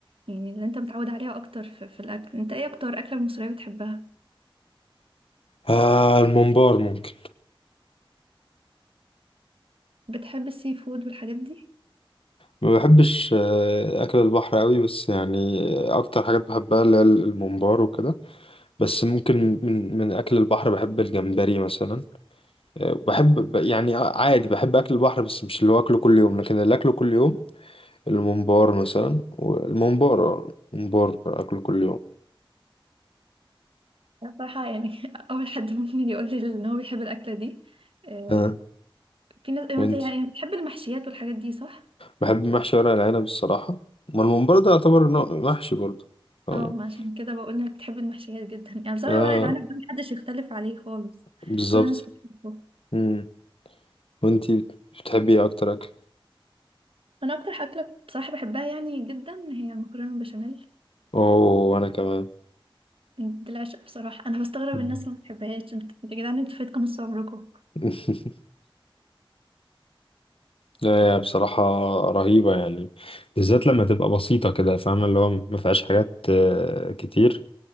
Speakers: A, on the right (about 75°); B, on the left (about 80°).
A: يعني اللي انت متعود عليها أكتر في, في الأكل انت ايه أكتر أكلة مصرية بتحبها؟
B: آه، الممبار ممكن
A: بتحب السي فود والحاجات دي؟
B: ما بحبش آه، أكل البحر أوي بس يعني أكتر حاجات بحبها اللي هي الممبار وكده بس ممكن من من أكل البحر بحب الجمبري مثلا بحب ب- يعني عادي بحب اكل البحر بس مش اللي هو اكله كل يوم لكن اللي اكله كل يوم الممبار مثلا والممبار آه، الممبار اكله كل يوم
A: أنا بصراحة يعني <laughs> أول حد ممكن يقول لي إن هو بيحب الأكلة دي آه،
B: ها
A: في ناس
B: وانتي
A: يعني يعني بتحب المحشيات والحاجات دي صح؟
B: بحب محشي ورق العنب الصراحة ما الممبار ده يعتبر نوع محشي برضه فاهمة
A: اه ما عشان كده بقول إنك بتحب المحشيات جدا يعني بصراحة
B: اه
A: ورق العنب ده محدش يختلف عليه خالص
B: بالظبط
A: كل الناس بتحبه
B: مم. وانتي بتحبي ايه اكتر اكل
A: انا اكتر اكله بصراحه بحبها يعني جدا هي المكرونه بالبشاميل
B: اوه وانا كمان
A: وبالعشق بصراحه انا بستغرب
B: مم.
A: الناس اللي ما بتحبهاش انت يا جدعان انتوا فاتكم نص عمركم
B: <laughs> لا هي بصراحة رهيبة يعني بالذات لما تبقى بسيطة كده فاهمة اللي هو ما فيهاش حاجات آه، كتير